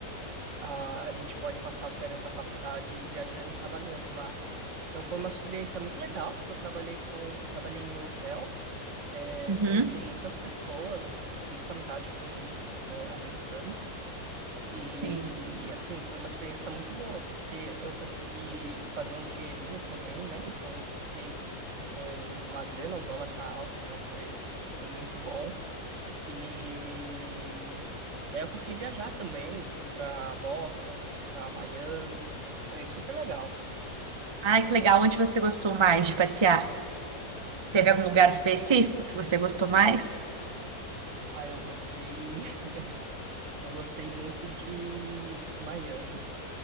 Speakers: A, on the right; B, on the right.
A: a, a gente pode passar as férias da faculdade viajando e trabalhando lá. Então foi uma experiência muito legal, porque eu trabalhei com, eu trabalhei em um hotel, é,
B: Uhum,
A: conheci muitas pessoas, assim, fiz muita amizade com é, americanos e
B: sim.
A: assim, foi uma experiência muito boa, porque eu consegui fazer um dinheirinho também, né? Então eu voltei com uma grana, o dólar tá alto, então foi, foi muito bom. E é, eu consegui viajar também, fui para Boston, fui para Miami, foi super legal.
B: Ai, que legal. Onde você gostou mais de passear? Teve algum lugar específico que você gostou mais?
A: Ah, eu gostei, <laughs> eu gostei muito de, de Miami.